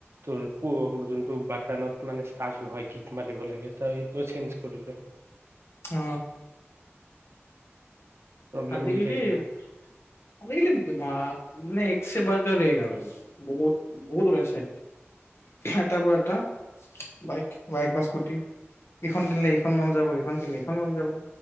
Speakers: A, on the right; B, on the left.
A: তোৰ প যোনটো বত মানে ষ্ট নহয় কি মাৰিব লাগে ত সেইটো চে কৰিলো
B: উ
A: প্ৰব্লেম
B: আ গিলি
A: দি থাকে মানে।
B: দি ন মানে একছেে বাৰ এঘাৰ বহুত বহুত ওলাইছে এট বোৰ এটা বাইক বাইক বা স্কুটি ইখন কিনিলে সিখন মন যাব, সিখন কিনিলে ইখন মন যাব।